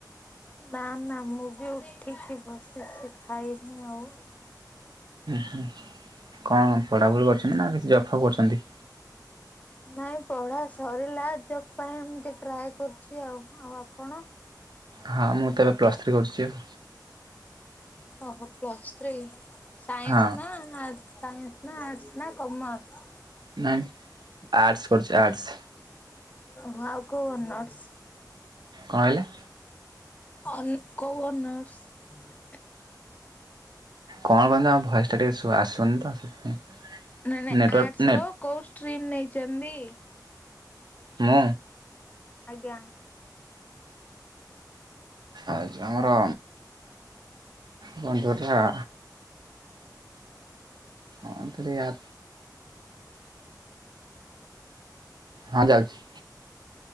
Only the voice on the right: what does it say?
ହୁଁ କଣ ପଢ଼ାପଢ଼ି କରୁଛନ୍ତି, ନା କିଛି ଜବ ଫବ କରୁଛନ୍ତି?
ହଁ ମୁଁ ତ ଏବେ ପ୍ଲସଥ୍ରୀ କରୁଛି ଆଉ।
ହଁ
ନାଇଁ ଆର୍ଟସ୍ କରୁଛି ଆର୍ଟସ୍
କଣ ହେଲା?
କଣ କହିଲେ ଆମ ଭଏସ ଟା ଟିକେ ଆସୁନି ତ ସେଥିପାଇଁ
ନେଟୱାର୍କ
ନେଟ୍
ମୁଁ?
ଆଉ ଆମର କଣତି ହେଟା ହଁ ଥରେ ଆ ହଁ ଯାଉଛି।